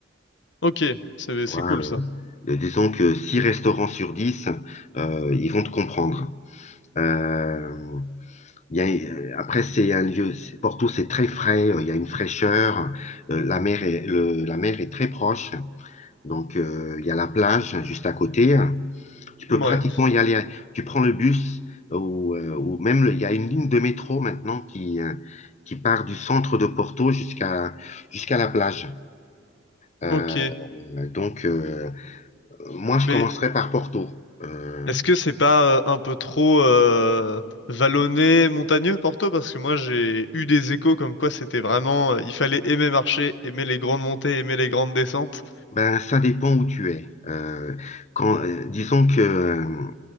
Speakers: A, on the left; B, on the left.
A: Ok, c'est
B: Tu
A: c'est
B: vois,
A: cool
B: euh,
A: ça.
B: euh, disons que six restaurants sur 10 euh, ils vont te comprendre. Euh, Il y a, euh, après, c'est un lieu, Porto, c'est très frais, euh, il y a une fraîcheur, euh, la mer est, le- la mer est très proche, donc euh, il y a la plage hein, juste à côté. Tu peux
A: Ouais.
B: pratiquement y aller, tu prends le bus euh, ou, euh, ou même le- il y a une ligne de métro maintenant qui, euh, qui part du centre de Porto jusqu'à jusqu'à la plage. Euh,
A: Ok,
B: donc, euh, moi, je
A: mais
B: commencerai par Porto. Euh,
A: est-ce que c'est pas euh, un peu trop euh, vallonné, montagneux, Porto? Parce que moi j'ai eu des échos comme quoi c'était vraiment, euh, il fallait aimer marcher, aimer les grandes montées, aimer les grandes descentes.
B: ben, ça dépend où tu es. Euh, quand, euh, disons que... euh,